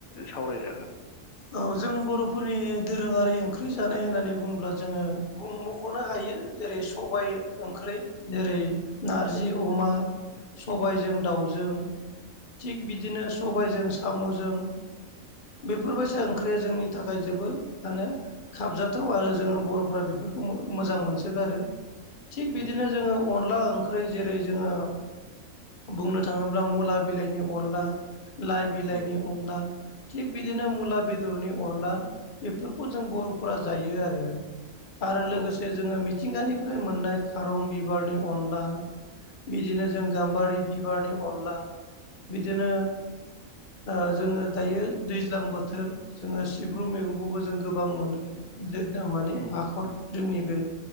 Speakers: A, on the left; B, on the left.
A: सावरायजागोन
B: औ जों बर'फोरनि दोरोङारि ओंख्रि जानाय होननानै बुङोब्ला जोङो बुं मख'नो हायो जेरै सबाइ ओंख्रि जेरै नारजि
A: औ
B: अमा सबायजों दाउजों थिग बिदिनो सबायजों साम'जों बेफोरबायसा ओंख्रिया जोंनि थाखाय जोबोर माने खाबजाथाव आरो जोङो बर'फोरा बेफोरखौ मोजां मोनसोगारो थिग बिदिनो
A: उम
B: जोङो अनला-ओंख्रि जेरै जोङो बुंनो थाङोब्ला मुला बिलाइनि, अनला लाइ बिलाइनि
A: उम
B: अनला थिग बि दिनो मुला बेदरनि अनला बेफोरखौ जों बर'फोरा जायो आरो। आरो लोगोसे
A: औ
B: जोङो। मिथिंगानिफ्राय मोननाय खारं बिबारनि अनला बिदिनो जों गाम्बारि बिबारनि अनला बिदिनो ओ जोङो दायो दैज्लां बोथोर जोङो सिब्रु मैगंखौबो जों गोबां मोनो। माने
A: उम
B: हाखर जोंनि बे